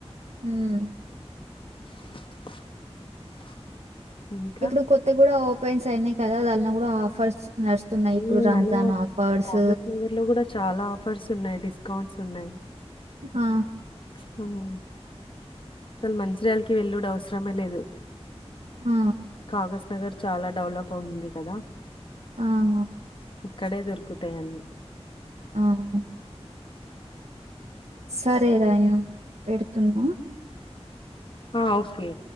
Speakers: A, on the right; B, on the left.
A: ఉమ్
B: <unintelligible> <inaudible> ఇంకా
A: ఇప్పుడు కొత్త కూడా ఓపెన్స్ అయినాయి కదా దాన్లో కూడా ఆఫర్స్ నడుస్తున్నాయి.
B: ఊ
A: ఇప్పుడు రంజాన్
B: మన
A: ఆఫర్స్
B: కాసజ్ నగర్ లో కూడా చాలా ఆఫర్స్ ఉన్నాయి డిస్కౌంట్స్ ఉన్నాయి.
A: ఆ
B: అవునా అసలు మంచిర్యాల వెళ్ళడు అవసరమే లేదు
A: ఆ!
B: కాసజ్ నగర్ చాలా డెవలప్ అయింది కదా
A: ఆఆ
B: ఇక్కడే దొరుకుతాయి అన్నీ
A: ఆవ్ సరే రా నేను పెడుతున్నా
B: ఆ ఓకే